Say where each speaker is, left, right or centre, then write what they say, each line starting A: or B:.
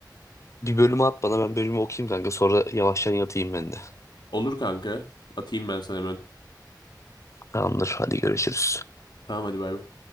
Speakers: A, on the left (about 40°); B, on the left (about 75°).
A: bir bölümü at bana ben bölümü okuyayım kanka. Sonra yavaştan yatayım ben de.
B: Olur kanka. Atayım ben sana hemen.
A: Tamamdır. Hadi görüşürüz.
B: Tamam hadi bay bay.